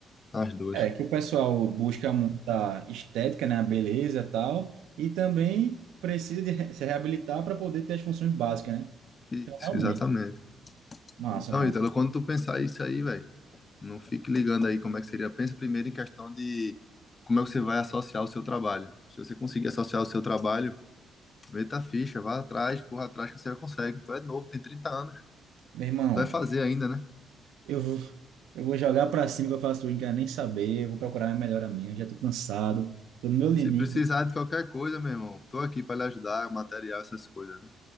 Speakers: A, on the left; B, on the right.
A: as duas.
B: É, que o pessoal busca muita estética, né? A beleza e tal. E também precisa de re- se reabilitar para poder ter as funções básicas, né?
A: Isso,
B: Então, realmente,
A: exatamente.
B: massa,
A: Então,
B: mano.
A: Ítalo, quando tu pensar isso aí, velho, Não fique ligando aí como é que seria. Pensa primeiro em questão de como é que você vai associar o seu trabalho. Se você conseguir associar o seu trabalho, meta a ficha, vá atrás, corra atrás que você consegue. Tu é novo, tem 30 anos.
B: Meu irmão,
A: Tu vai fazer ainda, né?
B: eu vou, eu vou jogar para cima que eu faço tudo, não quero nem saber. Eu vou procurar minha melhor amiga, já tô cansado, tô no meu limite.
A: Se precisar de qualquer coisa, meu irmão, tô aqui para lhe ajudar, material, essas coisas, né?